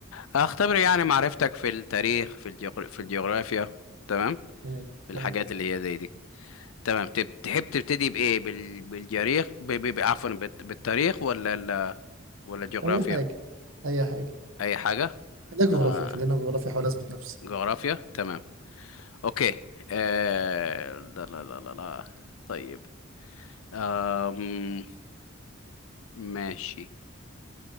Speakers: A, on the left (about 80°); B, on the right (about 75°).
A: هختبر يعني معرفتك في التاريخ في الجغر... في الجغرافيا تمام
B: تمام
A: في الحاجات
B: تمام.
A: اللي هي زي دي تمام تب- تحب تبتدي بإيه بال... بالجريخ ب... ب... ب- عفوا بالت- بالتاريخ ولا ال... ولا الجغرافيا
B: اي حاجه اي حاجه
A: اي حاجة
B: ده جغرافيا
A: آه
B: خلينا جغرافيا احاول اثبت نفسي
A: جغرافيا تمام اوكي آه... لا لا لا لا لا طيب آم... ماشي